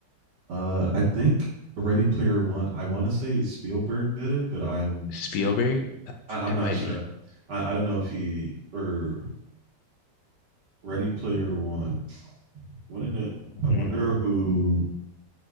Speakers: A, on the right; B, on the left.
A: uh, I think Ready Player One. I want to say Spielberg did it, but I'm
B: Spielberg?
A: I, I'm
B: It
A: not
B: might
A: sure.
B: be.
A: I, I don't know if he or Ready Player One. Wouldn't it? I
B: hmm
A: wonder who